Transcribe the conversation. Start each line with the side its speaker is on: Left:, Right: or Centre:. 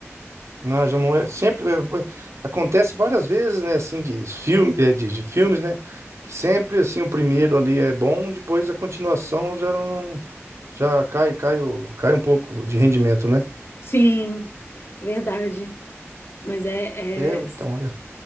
Right: Não, já não é. Sempre é, é, acontece várias vezes, né? Assim, de filme, é, de, de filmes, né? Que sempre assim o primeiro ali é bom, depois a continuação já não, já cai, cai, o- cai um pouco de rendimento, né?
Left: Sim, verdade. Mas é,
Right: É,
Left: é-
Right: então eu,